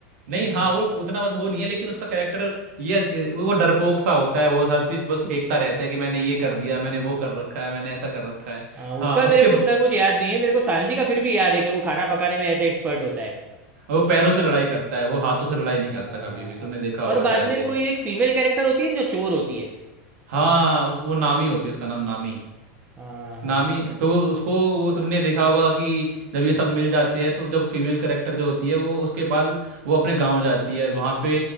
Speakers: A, on the right; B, on the right.
A: नहीं हाँ
B: हम्म,
A: वो उतना मतलब वो नहीं है लेकिन उसका कैरेक्टर ये वो डरपोक सा होता है वो हर चीज बस फेंकता रहता है कि मैंने ये कर दिया मैंने वो कर रखा है मैंने ऐसा कर रखा है
B: हाँ
A: हाँ
B: उसका
A: उसके
B: मेरे को
A: ब-
B: उतना कुछ याद नहीं है मेरे को सांजी का फिर भी याद है कि वो खाना पकाने में ऐसे एक्सपर्ट होता है
A: वो पैरों से लड़ाई करता है वो हाथों से लड़ाई नहीं करता
B: हाँ
A: कभी
B: हाँ
A: भी तुमने
B: हाँ
A: देखा होगा
B: और बाद
A: शायद
B: में
A: ये
B: कोई एक फीमेल कैरेक्टर होती है ना, जो चोर होती है
A: हाँ उसको वो नामी होती है उसका नाम नामी
B: हाँ हाँ
A: नामी तो वो उसको वो तुमने देखा होगा कि जब ये सब मिल जाते हैं तो जब फीमेल करेक्टर जो होती है वो उसके बाद वो अपने गांव जाती है वहां पे